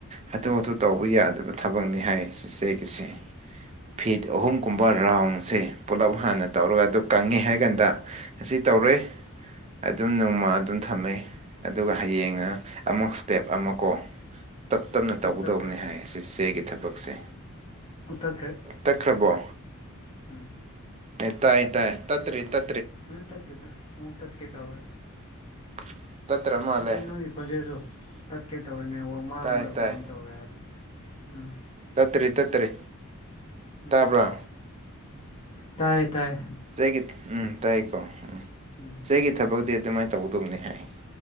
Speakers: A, on the right; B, on the left.
A: ꯍꯥꯊꯨ ꯍꯥꯊꯨ ꯇꯧꯕ ꯌꯥꯗꯕ ꯊꯕꯛꯅꯤ ꯍꯥꯏ ꯆꯆꯦꯒꯤꯁꯦ ꯐꯤꯠ ꯑꯍꯨꯝ ꯀꯨꯝꯕ ꯔꯥꯎꯟꯁꯦ ꯄꯨꯂꯞ ꯍꯥꯟꯅ ꯇꯧꯔꯒ ꯑꯗꯨ ꯀꯪꯉꯦ ꯍꯥꯏ ꯀꯥꯟꯗ ꯑꯁꯤ ꯇꯧꯔꯦ ꯑꯗꯨꯝ ꯅꯣꯡꯃ ꯑꯗꯨꯝ ꯊꯝꯃꯦ ꯑꯗꯨꯒ ꯍꯌꯦꯡꯅ ꯑꯃꯨꯛ ꯏꯁꯇꯦꯞ ꯑꯃ ꯀꯣ ꯇꯞ ꯇꯞꯅ ꯇꯧꯒꯗꯕꯅꯤ
B: ꯇꯠꯈ꯭ꯔꯦ
A: ꯍꯥꯏ ꯁꯤ ꯆꯦꯒꯤ ꯊꯕꯛꯁꯦ
B: ꯑꯃꯨꯛ ꯇꯠꯈ꯭ꯔꯦ
A: ꯇꯛꯈ꯭ꯔꯕꯣ
B: ꯎꯝ
A: ꯍ ꯇꯥꯏ ꯇ ꯇꯠꯇꯔꯤ ꯇ
B: ꯃ ꯇꯠꯇꯗ ꯃꯛ ꯇ ꯀꯦ ꯇꯕꯦ
A: <unintelligible> ꯃꯥꯜꯂꯦ
B: ꯑꯗ ꯅꯪꯒꯤ ꯈꯣꯟꯖꯦꯜꯁꯨ ꯇꯠꯀꯦ ꯇꯧꯔꯦꯅꯦ ꯋꯥꯛ ꯃꯥꯡꯕꯨꯔꯣ
A: ꯇꯥꯏ ꯇꯥꯏ
B: ꯀꯩꯅꯣꯝ ꯇꯧꯋꯦ ꯍꯥꯏꯕꯅꯤ ꯎꯝ
A: ꯇꯠꯇ꯭ꯔꯤ ꯇꯠꯇ꯭ꯔꯤ
B: ꯎꯝ
A: ꯇꯥꯕ꯭ꯔꯥ
B: ꯇꯥꯏꯌꯦ ꯇꯥꯏꯌꯦ
A: ꯆꯩꯒꯤ ꯎꯝ ꯇꯥꯏꯀꯣ ꯎꯝ
B: ꯎꯝ
A: ꯆꯩꯒꯤ ꯊꯕꯛꯇꯤ ꯑꯗꯨꯃꯥꯏꯅ ꯇꯧꯒꯗꯧꯕꯅꯤ ꯍꯥꯏ